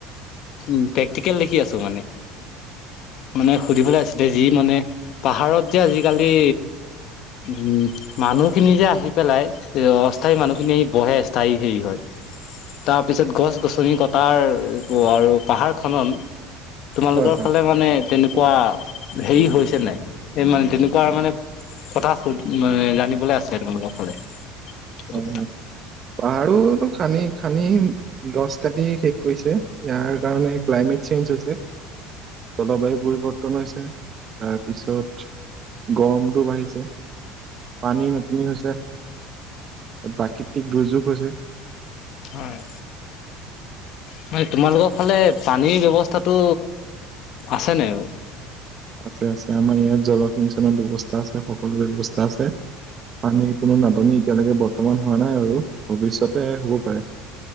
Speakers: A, on the left; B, on the right.
A: উম প্ৰেক্টিকেল দেখি আছো মানে মানে সুধিবলৈ আছিল যি মানে। পাহাৰত যে আজিকালি উম মানুহ খিনি যে আহি পেলাই। এ অস্থায়ী মানুহখিনি বহে স্থায়ী। হেৰি হয় তাৰপিছত গছ গছনি কটাৰ আৰু পাহাৰ খন। তোমালোকৰ
B: হয় হয়
A: ফালে মানে তেনেকুৱা। হেৰি হৈছে নাই এই মানে তেনেকুৱা মানে। কথা জানিবলৈ আছে তোমালোকৰ ফালে। এইটো
B: অ'।
A: কথা
B: আৰুো খানি খানি গছ কাটি শেষ কৰিছে ইয়াৰ। কাৰণে ক্লাইমেট চেঞ্জ হৈছে জলবায়ু পৰিৱৰ্তন হৈছে। তাৰপিছত গৰমতটো বাঢ়িছে। পানী নতুনি হৈছে প্ৰাকৃতিক দুৰ্যোগ হৈছে।
A: হয়। ন তোমালোকৰ ফালে পানীৰ ব্যৱস্থাটো আছে নাই ব।
B: আছে আছে আমাৰ ইয়াত জলসিঞ্চনৰ ব্যৱস্থা আছে সকলো ব্যৱস্থা আছে। পানি কোনো নাটনি এতিয়ালৈকে বৰ্তমান হোৱা নাই আৰু ভৱিষয়তে হব পাৰে।